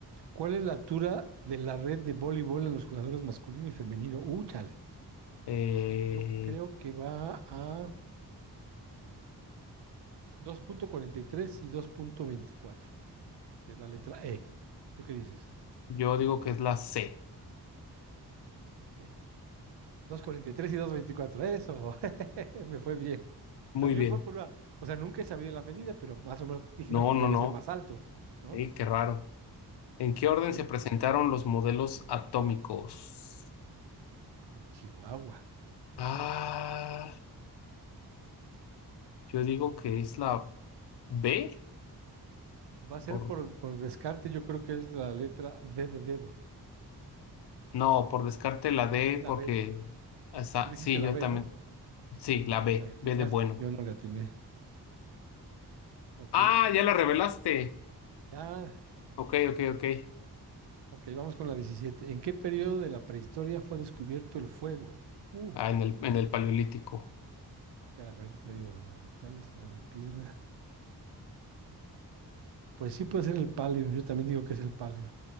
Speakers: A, on the right; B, on the left.
A: ¿Cuál es la altura de la red de voleibol en los jugadores masculino y femenino? Uh, chale.
B: Eh,
A: Yo creo que va a mm, dos punto cuarenta y 2.24, que es la letra E. ¿Tú qué dices?
B: yo digo que es la C.
A: Ok. dos punto cuarenta y tres y dos punto veinticuatro Eso. <laughs> Me fue bien.
B: Muy
A: También
B: bien.
A: fue por una, o sea, nunca he sabido la medida, pero más o menos dije,
B: No,
A: no, pues
B: no,
A: debe
B: no.
A: ser más alto, ¿no?
B: Eh, qué raro. ¿En qué
A: Ok,
B: orden se presentaron los modelos atómicos?
A: a Chihuahua.
B: Ah, yo digo que es la B.
A: Y Va a ser
B: Por,
A: por, por descarte, yo creo que es la letra D de dedo,
B: no, por descarte la D,
A: es la
B: porque
A: B.
B: esa-
A: Tú dijiste
B: sí,
A: la
B: yo
A: B,
B: también.
A: ¿no?
B: Sí, la B.
A: La que atinaste,
B: B de bueno.
A: yo no la atiné. Ok,
B: Ah,
A: en-
B: ya la revelaste.
A: ya,
B: Ok, ok, ok.
A: ok, vamos con la diecisiete ¿En qué periodo de la prehistoria fue descubierto el fuego? Uh,
B: Ah, en el, en el paleolítico.
A: espérame, ahorita te digo, los metales, edad de piedra. Pues sí puede ser el paleo, yo también digo que es el paleo.